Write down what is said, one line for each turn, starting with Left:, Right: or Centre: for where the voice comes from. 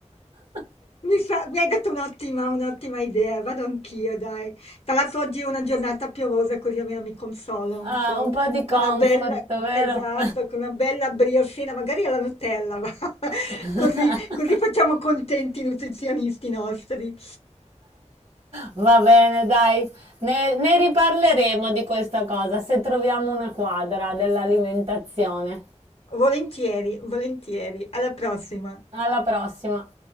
Right: <laughs>
Left: Mi fa- mi hai dato un'ottima un'ottima idea, vado anch'io, dai. Tra l'altro oggi è una giornata piovosa, così almeno mi consolo un
Right: Ah,
Left: po'.
Right: un po' di
Left: Con
Right: comfort,
Left: una bella,
Right: vero?
Left: esatto, con una bella briochina, magari alla Nutella, va. <laughs>
Right: <laughs>
Left: Così, così facciamo contenti i nutrizionisti nostri.
Right: Va bene, dai, ne, ne riparleremo di questa cosa se troviamo una quadra dell'alimentazione.
Left: Volentieri, volentieri. Alla prossima.
Right: Alla prossima.